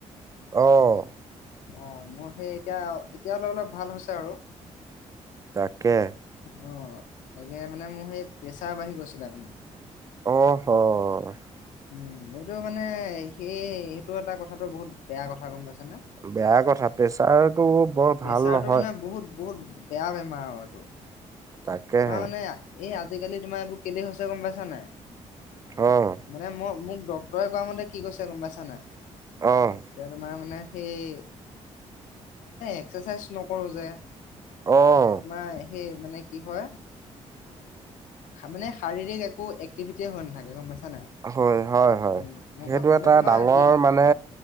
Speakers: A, on the right; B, on the left.
A: অ'
B: অ' মোৰ সেই এতিয়া এতিয়া অলপ অলপ ভাল হৈছে আৰু।
A: তাকে
B: অ' তাকে মানে মোৰ সেই প্ৰেছাৰ বাঢ়ি গৈছিলে ত মানে।
A: অহ' হৰ
B: উম, এইটো মানে সেই সেইটো এটা কথাটো বহুত বেয়া কথা গ'ম পাইছানে।
A: বেয়া কথা প্ৰেচাৰতটো বৰ
B: প্ৰেছাৰটো
A: ভাল নহয়।
B: মানে বহুত বহুত বেয়া বেমাৰ আৰু এইটো
A: তাকেহে
B: তোমাৰ মানে এই আজিকালি তোমাৰ এইবোৰ কেলে হৈছে গ'ম পাইছা নাই।
A: অ'
B: মানে মই মোক ডক্তৰৰে কোৱা মতে কি কৈছে গ'ম পাইছা নাই।
A: অ'
B: এতিয়া তোমাৰ মানে সেই এ এক্সাৰচাইজ নকৰো যে।
A: অ'
B: তোমাৰ সেই মানে কি হয়। মানে শাৰীৰিক একো এক্টিভিটি হৈ নাথাকে গ'ম পাইছা নাই।
A: হয়, হয়, হয়।
B: মোৰ মোৰ
A: সেইটো
B: ভাগৰ মানে
A: এটা
B: তোমাৰ
A: ডাঙৰ
B: দিন
A: মানে